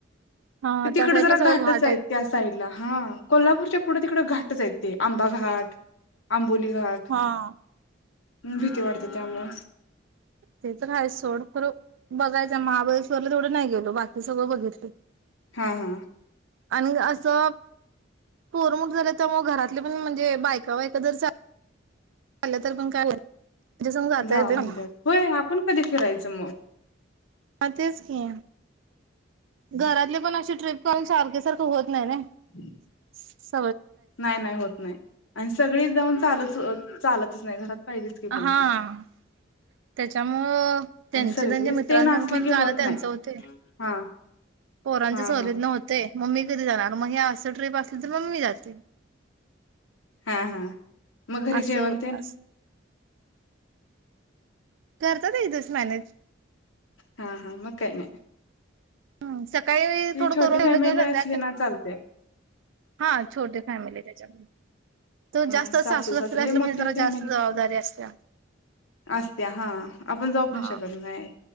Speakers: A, on the right; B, on the left.
A: हा
B: ते तिकडं
A: त्या साईडला
B: जरा
A: सगळे
B: घाटच
A: घाट
B: आहेत त्या साईडला हा कोल्हापूरच्या पुढे तिकड घाट तेच ये ते आंबा घाट आंबोली. घाट.
A: हा.
B: ह भीती वाढते त्यामुळे.
A: ते तर आहेत सोड बघायच महाबळेश्वरला तेवढ नाही गेलो बाकी सगळं बघितले
B: हा हा
A: आणि असं पोर मोठे झाले त्यामुळे घरातल्या पण म्हणजे बायका बायका जरा झालं तर पण काय त्याच्या संग जाता
B: जा
A: येते
B: म्हणतात
A: मला
B: होय आपण कधी फिरायचं मग
A: अताच ये घरातले पण असे ट्र्रीप पण सारखे सारख होत नाही ना.
B: हम्म.
A: ह.
B: नाही नाही होत नाही आणि सगळी जाऊन चालच चालतच नाही घरात पाहिजेच की कोणतर
A: हा. त्याच्यामुळं त्यांचे
B: आणि सर्विस
A: त्यांच्या मित्रांस
B: तेन असली
A: पण
B: की
A: जाण
B: होत
A: त्यांच
B: नाही
A: होते.
B: हा
A: पोरांचे
B: हा
A: सवलीत
B: हा
A: न होते मम्मी कधी जाणार मग ह असं ट्र्रीप असली तर मम्मी जाते.
B: हा हा मग घरी
A: असं
B: जेवणते
A: अस करतात एक दिवस मॅनेज.
B: हा हा मकाय नाही.
A: हम्म सक् काही
B: ती
A: थोडं
B: छोटी
A: करून ठेवलं
B: फॅमिली
A: किंवा
B: असली
A: संध्या.
B: ना चालते
A: हा छोटी फॅमिली त्याच्या तो
B: हा
A: जास्त
B: सासू
A: साफूसथ
B: सासरे हे
A: असल म्हणजे
B: मोठी
A: जला
B: फॅमिली
A: जास्त जबाबदारी असते.
B: असत्या हा आपण जाऊ पण
A: हा
B: शकत नाही